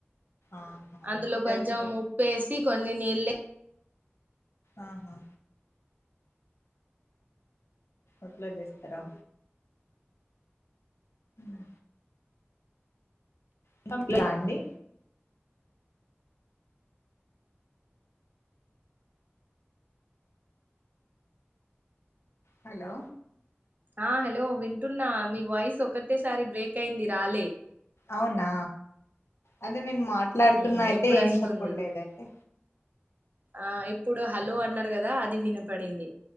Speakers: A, on the left (about 80°); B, on the right (about 40°).
A: ఆహా
B: అందులో
A: ఉట్టి
B: కొంచెం
A: పెరుగుతో
B: ఉప్పేసి కొన్ని నీళ్లే
A: ఆహా అట్లా చేస్తారా ఆ <unintelligible> అండి హలో
B: ఆ హలో వింటున్నా మీ వాయిస్ ఒకటెసారి బ్రేక్ అయింది రాలే
A: అవునా అదే నేను మాట్లాడుతున్నా
B: ఉమ్
A: అయితే
B: ఇప్పుడు
A: ఏం
B: వస్తుంది
A: చెప్పట్లేదు అయితే
B: ఆ ఇప్పుడు హలో అన్నారు కదా అది వినపడింది